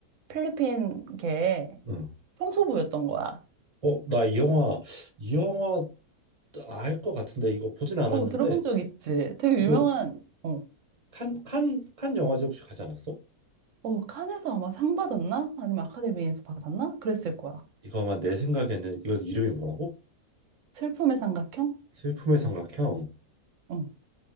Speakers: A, on the right; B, on the right.
A: 필리핀계의
B: 응.
A: 총수부였던 거야.
B: 어, 나 이 영화, 이 영화 알 것 같은데 이거 보진 않았는데.
A: 어, 들어본 적 있지? 되게
B: 이거
A: 유명한 어,
B: 칸, 칸, 칸 영화제 혹시 가지 않았어?
A: 어, 칸에서 아마 상 받았나? 아니면 아카데미에서 받았나? 그랬을 거야.
B: 이거 아마 내 생각에는 이거 이름이 뭐라고?
A: 슬픔의 삼각형?
B: 슬픔의 삼각형.
A: 어,